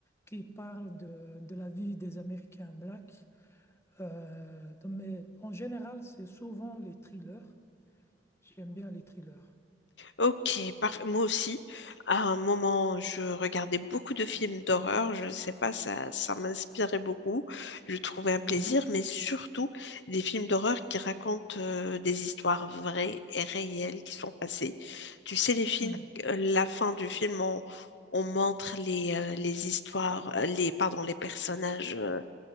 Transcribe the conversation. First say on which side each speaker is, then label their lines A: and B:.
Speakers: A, on the left (about 15°); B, on the left (about 70°).
A: qui parlent de, de la vie des Américains blacks. Euh, donc, mais en général, c'est souvent les thrillers. J'aime bien les thrillers.
B: Ok, parfait. Moi aussi, à un moment, je regardais beaucoup de films d'horreur. Je ne sais pas, ça, ça m'inspirait beaucoup. Je trouvais un
A: Mhm,
B: plaisir, mais surtout des films d'horreur qui racontent euh, des histoires vraies et réelles qui sont passées. Tu sais, les films,
A: mhm,
B: euh, la fin du film, on, on montre les, euh, les histoires, euh, les, pardon, les personnages euh,